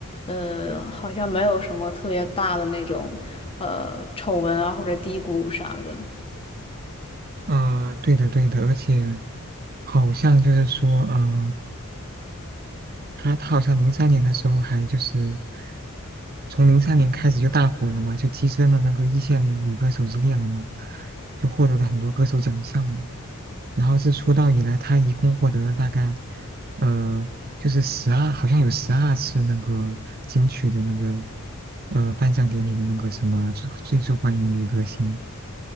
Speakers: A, on the left; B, on the right.
A: 呃，好像没有什么特别大的那种，呃，丑闻啊或者低谷啥的。
B: 嗯、呃对的对的，而且好像就是说，嗯、呃他他好像零三年的时候还就是从零三年开始就大火了嘛，就跻身了那个一线女歌手之列了嘛，就获得了很多歌手奖项嘛。然后是出道以来，他一共获得了大概，呃，就是十二，好像有十二次那个金曲的那个，呃，颁奖典礼的那个什么最最受欢迎女歌星，